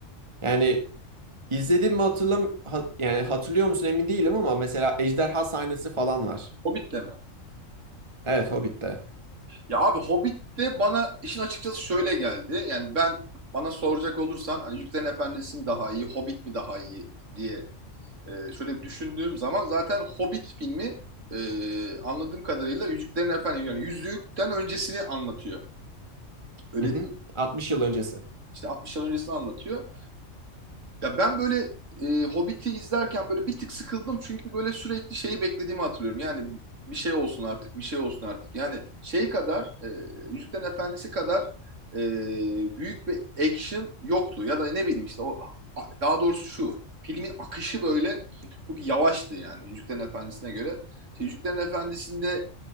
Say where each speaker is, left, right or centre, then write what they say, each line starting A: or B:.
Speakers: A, on the right (about 25°); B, on the right (about 70°).
A: Yani İzledim mi hatırlam ha- yani hatırlıyor musun emin değilim ama mesela ejderha sahnesi falan var.
B: Hobbit'te mi?
A: Evet Hobbit'te.
B: Ya abi Hobbit de bana işin açıkçası şöyle geldi. Yani ben bana soracak olursan hani Yüzüklerin Efendisi mi daha iyi, Hobbit mi daha iyi diye e, şöyle bir düşündüğüm zaman zaten Hobbit filmi e, anladığım kadarıyla Yüzüklerin Efendisi yani Yüzükten öncesini anlatıyor. Öyle
A: Hı hı.
B: değil mi?
A: 60 yıl öncesi.
B: işte 60 yıl öncesini anlatıyor. Ya ben böyle e, Hobbit'i izlerken böyle bir tık sıkıldım çünkü böyle sürekli şeyi beklediğimi hatırlıyorum. Yani bir şey olsun artık, bir şey olsun artık. Yani şey kadar, e, Yüzüklerin Efendisi kadar e, büyük bir action yoktu. Ya da ne bileyim işte o a- daha doğrusu şu filmin akışı böyle çok yavaştı yani Yüzüklerin Efendisi'ne göre. İşte Yüzüklerin Efendisi'nde